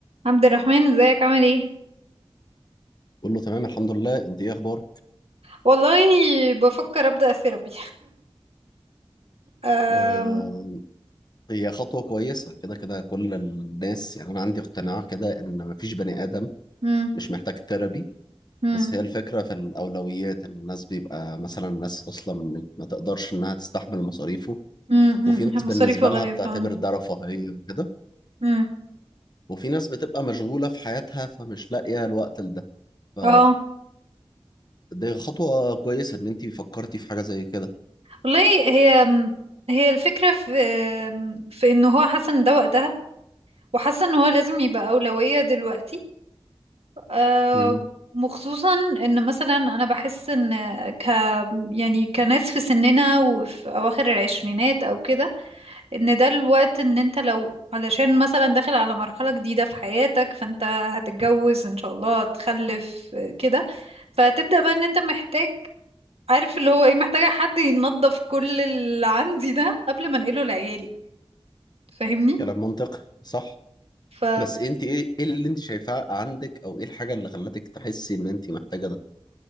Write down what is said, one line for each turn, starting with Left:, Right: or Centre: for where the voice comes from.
Right: عبد الرحمن ازيك عامل ايه
Left: بقول له تمام الحمد لله انت ايه اخبارك
Right: والله بفكر ابدا ثيرابي أم...
Left: آه هي خطوه كويسه كده كده كل الناس يعني انا عندي اقتناع كده ان مفيش بني ادم
Right: مم،
Left: مش محتاج ثيرابي
Right: مم،
Left: بس هي الفكره في الاولويات ان الناس بيبقى مثلا ناس اصلا ما ما تقدرش انها تستحمل مصاريفه
Right: مم، مم،
Left: وفي ناس
Right: هي مصاريفه
Left: بالنسبه
Right: غاليه
Left: لها بتعتبر
Right: فعلا
Left: ده رفاهيه وكده
Right: مم.
Left: وفي ناس بتبقى مشغوله في حياتها فمش لاقيه الوقت لده ف
Right: اه
Left: دي خطوه كويسه ان انت فكرتي في حاجه زي كده
Right: والله هي هي الفكره في في انه هو حاسه ان ده وقتها وحاسه ان هو لازم يبقى اولويه دلوقتي أه...
Left: مم.
Right: وخصوصا ان مثلا انا بحس ان ك يعني كناس في سننا وفي اواخر العشرينات او كده ان ده الوقت ان انت لو علشان مثلا داخل على مرحلة جديدة في حياتك فانت هتتجوز ان شاء الله هتخلف آه، كده فتبدأ بقى ان انت محتاج عارف اللي هو ايه محتاجة حد ينظف كل اللي عندي ده قبل ما انقله لعيالي فاهمني
Left: كلام منطقي صح
Right: ف
Left: بس انت ايه ايه اللي انت شايفاه عندك او ايه الحاجه اللي خلتك تحسي ان انت محتاجه ده